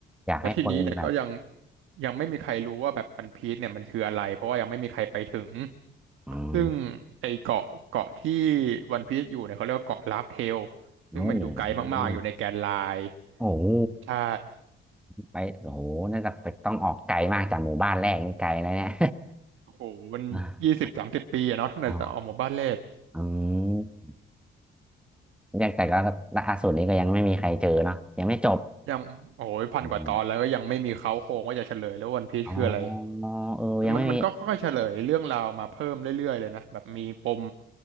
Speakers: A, in the centre; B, on the right.
A: อยากให้คนแบบ
B: แล้วทีนี้เนี่ยก็ยังยังไม่มีใครรู้ว่าแบบวันพีซเนี่ยมันคืออะไรเพราะว่ายังไม่มีใครไปถึง
A: อืม
B: ซึ่งไอ้เกาะเกาะที่วันพีซอยู่เนี่ยเขาเรียกว่าเกาะลาฟเทล
A: โอ้
B: ซึ่งมันอยู่ไกลมากๆอยู่ในแกนไลน์
A: ยโอ้โห
B: ใช่
A: ไปโอ้โหน่าจะไปต้องออกไกลมากจากหมู่บ้านแรกนี่ไกลนะเนี่ย
B: โอ้โหมันยี่สิบสามสิบปีอะเนาะตั้งแต่จะออกหมู่บ้านแรก
A: <laughs> อ๋ออืมเรียกแต่ก็ล่าสุดนี้ก็ยังไม่มีใครเจอเนาะยังไม่จบ
B: ยัง โอ้ยพันกว่าตอนแล้วก็ยังไม่มีเค้าโครงว่าจะเฉลยแล้ววันพีชคืออะไร
A: อมอ๋อเออยังไม่มี
B: มันมันก็ค่อยๆเฉลยเรื่องราวมาเพิ่มเรื่อยๆเลยนะ แบบมีปม